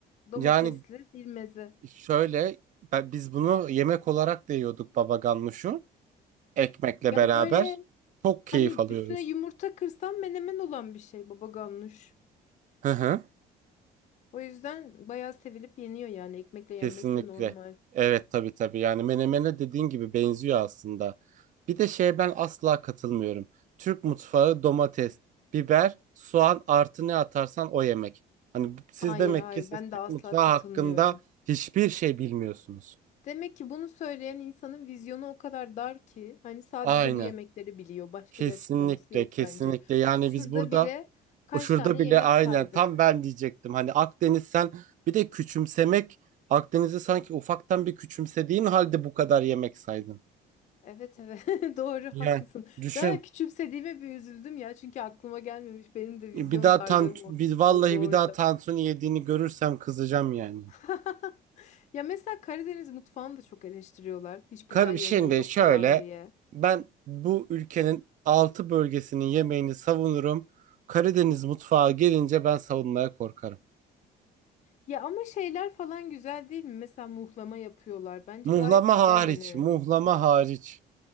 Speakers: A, on the left; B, on the right.
A: Domatesli
B: Yani
A: bir meze.
B: şöyle ben- biz bunu yemek olarak da yiyorduk baba ganuşu ekmekle
A: Ya
B: beraber.
A: böyle
B: Çok keyif
A: hani
B: alıyoruz.
A: üstüne yumurta kırsan menemen olan bir şey baba ganoush.
B: Hı hı.
A: O yüzden bayağı sevilip yeniyor yani ekmekle yenmesi
B: Kesinlikle.
A: de normal.
B: Evet tabii tabii. Yani menemene dediğin gibi benziyor aslında. Bir de şeye ben asla katılmıyorum. Türk mutfağı domates, biber, soğan artı ne atarsan o yemek. Hani siz
A: Hayır
B: demek
A: hayır
B: ki siz
A: ben de
B: Türk
A: asla
B: mutfağı
A: katılmıyorum.
B: hakkında hiçbir şey bilmiyorsunuz.
A: Demek ki bunu söyleyen insanın vizyonu o kadar dar ki hani sadece
B: Aynen.
A: bu yemekleri biliyor. Başka
B: Kesinlikle
A: bir açıklaması yok
B: kesinlikle.
A: bence.
B: Yani
A: Şurada
B: biz burada
A: bile kaç
B: o şurada
A: tane
B: bile
A: yemek
B: aynen
A: saydık.
B: tam ben diyecektim. Hani Akdeniz sen bir de küçümsemek Akdeniz'i sanki ufaktan bir küçümsediğin halde bu kadar yemek saydın.
A: Evet evet <laughs> doğru
B: Yani
A: haklısın.
B: düşün.
A: Daha küçümsediğime bir üzüldüm ya çünkü aklıma gelmemiş benim de
B: Bir
A: vizyon
B: daha
A: darlığım
B: tan
A: or-
B: bir vallahi
A: oldu orada.
B: bir daha tantuni yediğini görürsem kızacağım yani.
A: <laughs> Ya mesela Karadeniz mutfağını da çok eleştiriyorlar. Hiç
B: Kar
A: güzel
B: şimdi
A: yemeği yok
B: şöyle
A: falan diye.
B: ben bu ülkenin altı bölgesinin yemeğini savunurum. Karadeniz mutfağı gelince ben savunmaya korkarım.
A: Ya ama şeyler falan güzel değil mi? Mesela muhlama yapıyorlar. Bence
B: Muhlama
A: gayet güzel
B: hariç,
A: hani.
B: muhlama hariç.